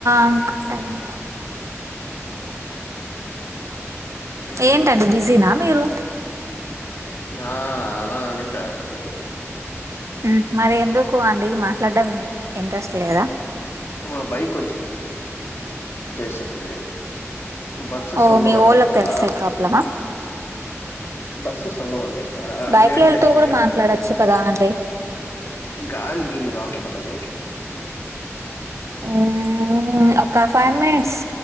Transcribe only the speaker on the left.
హ్మ్
ఆ అల అని కాదూ
మా బైకొచ్చ్ చేసింది బస్సెస్
ఉండవ్
అంట
ఇక్కడ
బస్సెస్ ఉండవన్ ఇక్కడ
లేట్
చేస్తే
గాలి నీల్లు గాల్తుంటదని